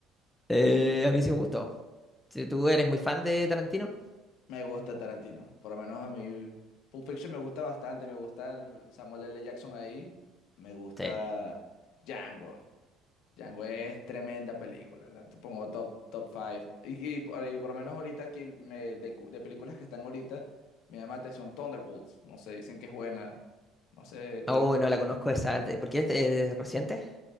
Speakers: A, in the centre; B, on the left.
A: Eh, a mí sí me gustó. Si ¿Tú eres muy fan de Tarantino?
B: me gusta Tarantino, por lo menos a mí Pulp Fiction me gusta bastante, me gusta el Samuel L. Jackson ahí, me gusta
A: Sí.
B: Django. Django es tremenda película, la t- pongo top top five Y, y por ahí, por lo menos ahorita que me- de, cu- de películas que están ahorita me llama la atención Thunderbolts, no sé, dicen que es buena. No sé, ¿qué,
A: Oh, no la conozco esa. de- ¿Por qué es eh, reciente?